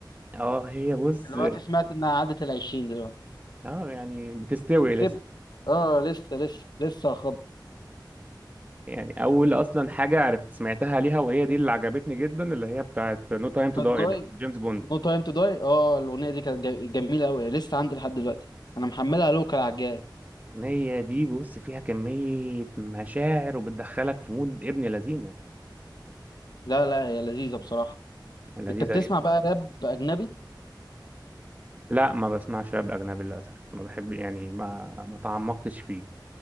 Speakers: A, on the right; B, on the left.
A: <laughs> اه هي بص
B: دلوقتي سمعت انها عدت ال 20 دلوقتي
A: اه يعني بتستوي
B: كبر اه لسه لسه لسه خبط
A: يعني اول اصلا حاجه عرفت سمعتها ليها وهي دي اللي عجبتني جدا اللي هي بتاعت نو تايم تو
B: نوت
A: داي
B: جاي
A: بتاعت جيمس بوند
B: نو تايم تو داي اه الاغنيه دي كانت جا- جميله قوي لسه عندي لحد دلوقتي انا محملها لوكال على الجهاز
A: الاغنيه دي بص فيها كميه مشاعر وبتدخلك في مود ابن لذينه
B: لا لا هي لذيذه بصراحه
A: لذيذه
B: انت بتسمع
A: جدا
B: بقى راب اجنبي
A: لا ما بسمعش راب اجنبي للاسف ما بحب يعني ما ما تعمقتش فيه